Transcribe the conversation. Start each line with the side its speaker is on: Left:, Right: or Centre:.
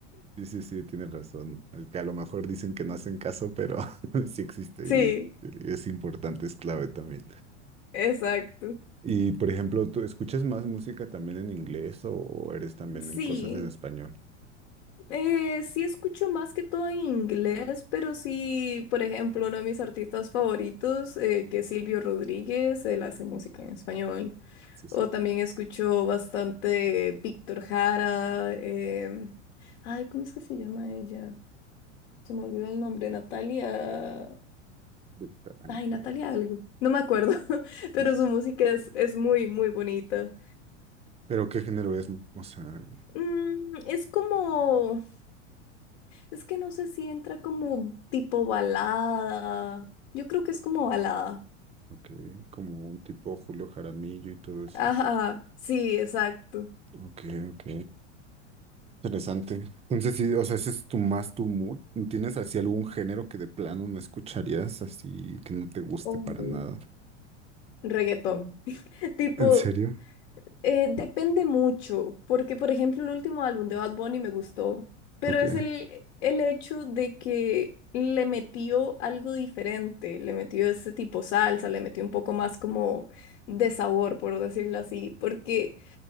Right: Sí, sí, sí, tienes razón. El que a lo mejor dicen que no hacen caso, pero <laughs> sí existe
Left: Sí,
Right: y es, es importante, es clave también.
Left: exacto.
Right: Y, por ejemplo, ¿tú escuchas más música también en inglés o eres también
Left: Sí,
Right: en cosas en español?
Left: eh, sí escucho más que todo en inglés, pero sí, por ejemplo, uno de mis artistas favoritos, eh, que es Silvio Rodríguez, él hace música en español.
Right: Sí,
Left: O
Right: sí.
Left: también escucho bastante Víctor Jara. em, ay, ¿cómo es que se llama ella? Se me olvidó el nombre, Natalia.
Right: Brutal,
Left: Ay,
Right: ¿no es
Left: Natalia
Right: cierto? no
Left: algo.
Right: sé.
Left: No me acuerdo, <laughs>
Right: Sí,
Left: pero
Right: sí,
Left: su
Right: sí.
Left: música es, es muy, muy bonita.
Right: Pero ¿qué género es? O sea,
Left: Mm, es como. Es que no sé si entra como tipo balada. Yo creo que es como balada.
Right: ok, como un tipo Julio Jaramillo y todo eso.
Left: Ajá, sí, exacto.
Right: Ok, ok. Interesante. Entonces, sí, o sea, ese es tu más tu mood. ¿Tienes así algún género que de plano no escucharías, así que no te guste
Left: O
Right: para nada?
Left: Reggaetón. <laughs> Tipo,
Right: ¿En serio?
Left: eh, depende mucho, porque por ejemplo el último álbum de Bad Bunny me gustó, pero
Right: Ok.
Left: es el, el hecho de que le metió algo diferente, le metió ese tipo salsa, le metió un poco más como de sabor, por decirlo así, porque